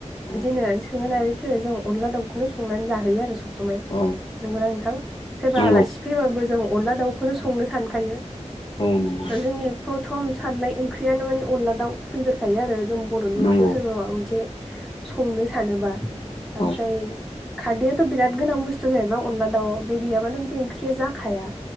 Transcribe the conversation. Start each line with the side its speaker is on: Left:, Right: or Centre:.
Left: औ
Centre: बिदिनो सोंथो जों अनदला दाउखौनो संनानै जाहयो आरो स। समाय नंगौना
Left: औ
Centre: नोंथां? सोरबा
Left: नंगौ
Centre: आलासि फैबाबो जों अनला दाउखौनो संनो सानखायो
Left: औ नंगौ
Centre: जोंनि प्रथम साननाय ओंख्रियानो माने अनदला दाउ फैग्रोखायो आरो जों बर'नि ओंख्रि
Left: नंगौ
Centre: फियाव सोरबा माबा मोनसे संनो सानोबा
Left: औ
Centre: ओमफ्राय खारदैआथ' बिराद गोनां बुस्थु जाहैबाय अनदला दाउ बे गैयाबानो बे ओंख्रिया जाखाया